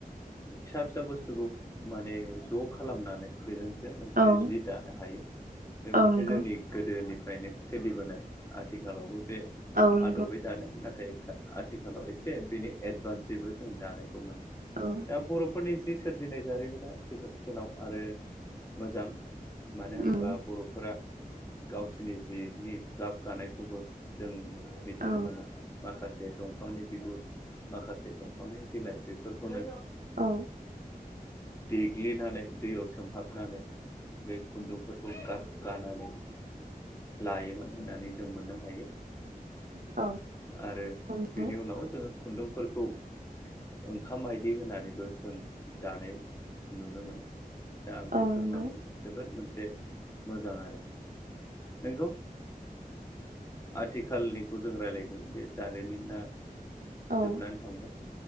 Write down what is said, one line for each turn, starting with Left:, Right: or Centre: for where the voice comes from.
Left: फिसा फिसा बुस्थुखौ माने ज' खालामनानै बेजोंसो मोनसे
Right: औ
Left: जि
Right: औ
Left: दानो हायो बे मोनसे
Right: नंगौ
Left: जोंनि गोदोनि नो सोलिबोनाय आथिखालावबो बे
Right: औ नंगौ
Left: आदबै दादों नाथाय आथिखाल। इसे बेनि एदभानसमोन
Right: औ
Left: दा बर' फोरनि जि सोरजिनाय जारिमिना जोबोद गोलाव आरो मोजां मानो होनोबा
Right: उम
Left: बर'फोरा। गावसिनि जिनि गाब गानायखौबो जों मिथिनो
Right: औ
Left: मोनो। माखासे दंफांनि बिगुर माखासे दंफांनि बिलाइ बेफोरखौनो।
Right: औ
Left: देग्लिनानै दैयाव सोमहाबनानै बे खुन्दुंफोरखौ गाब गानानै। लायोमोन होननानै जों मोननो हायो।
Right: औ।
Left: आरो
Right: नंगौ
Left: बेनि उनाव जोङो खुन्दुंफोरखौ ओंखाम मायदि होनानैबो जों दानाय नुनो मोनो। दा बेफोर
Right: औ नंगौ
Left: माने जोबोद मोनसे मोजां आरो। नंगौ आथिखालनिखौ जों रायज्लाय। बे जारिमिना
Right: औ
Left: जोबनानै थांबाय